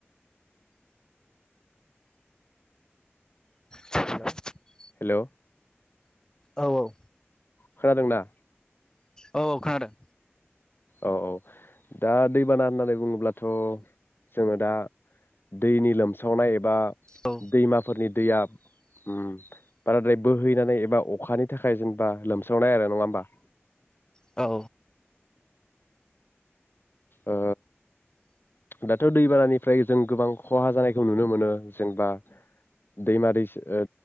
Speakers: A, on the left; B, on the left.
A: <inaudible>
B: हेल'
A: औ औ
B: खोनादोंना?
A: औ औ खोनादों।
B: औ औ दा दैबाना होननानै बुङोब्लाथ जोङो दा दैनि लोमसावनाय एबा
A: औ
B: दैमाफोरनि दैया उम बाराद्राय बोहैनानै एबा अखानि थाखाय जेनेबा लोमस्रावनाय आरो नङा होमबा
A: औ
B: ओ दाथ दैबानानिफ्राय जों गोबां खहा जानायखौ नुनो मोनो जेनबा दैमा दैस ओ